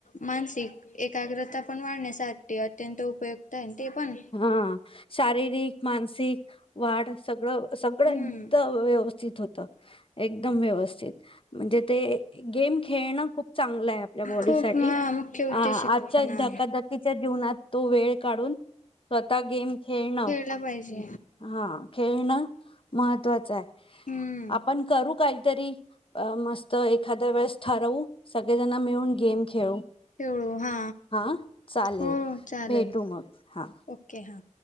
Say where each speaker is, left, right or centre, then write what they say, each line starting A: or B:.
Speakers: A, on the left; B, on the left.
A: मानसिक एक एकाग्रता पण वाढण्यासाठी अत्यंत उपयुक्त आहे. ते पण
B: हा शारीरिक मानसिक वाढ सगळं सगळं
A: हम्म
B: एकदाम व्यवस् होत. एकदम व्यवस्थित. म्हणजे ते गेम खेळणं खूप चांगला आहे, आपल्या बॉडी
A: खूप
B: साठी
A: हा मुख्य उद्देश
B: अ
A: येतो
B: आजच्या
A: पण हा
B: धकाधकीच्या जीवनात तो वेळ काढून. स्वतः गेम खेळणं
A: खेळला पाहिजे
B: हा खेळण महत्त्वाचं आहे.
A: हम्म
B: आपण करू काही तरी मस्त एखाद्या वेळेस ठरवू सगळे जण मिळून गेम खेळू.
A: ठेवळू हा!
B: हां, चालेल
A: हो चालेल.
B: भेटू मग. हां,
A: ओके हां.